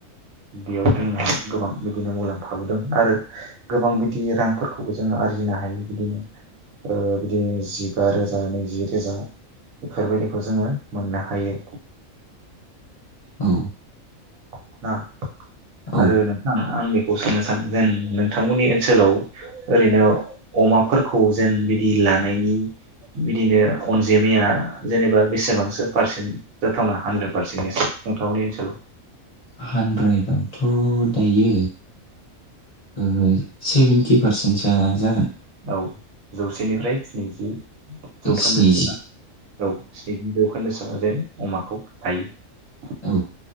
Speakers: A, on the right; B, on the left.
A: बेयाव जोंहा गोबां बिदिनो मुलाम्फाबो दङ आरो गोबां बिदि रांफोरखौबो जोङो आरजिनो हायो बिदिनो बिदिनो जिबा रोजा नैजि रोजा बेफोरबायदिखौ जोङो मोननो हायो
B: औ
A: <inaudible>
B: औ
A: आरो नोंथां आं बे सोंनो सानो जेन नोंथांमोननि ओनसोलाव ओरैनो अमाफोरखौ जेन बिदि लानायनि बिदिनो अनजिमाया जेनेबा बेसेबांसो पारसेन्ट जाथावना हानद्रेद पारसेन्टनिसो नोंथांमोननि ओनसोलाव।
B: हानद्रेदआवथ' दायो ओ सेभेन्टि पारसेन्टसोआ जागोन।
A: औ जौसेनिफ्राय स्निजि जौखोन्दोसोना
B: स्निजि
A: औ स्निजि जौखोन्दो सो जेन अमाखौ थायो।
B: औ